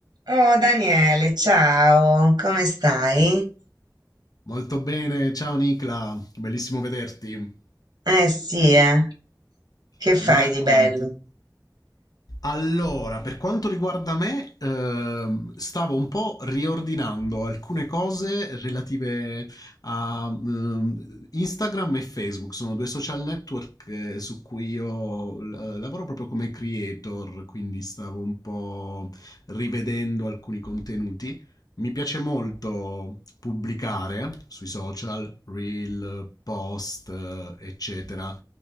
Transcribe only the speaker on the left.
Molto bene, ciao Nicla, bellissimo vederti.
Che
mi racconti?
Allora, per quanto riguarda me, ehm, stavo un po' riordinando alcune cose relative a ehm, Instagram e Facebook, sono due social network eh, su cui io eh, lavoro proprio come creator, quindi stavo un po' rivedendo alcuni contenuti. Mi piace molto pubblicare sui social, reel, post, eh, eccetera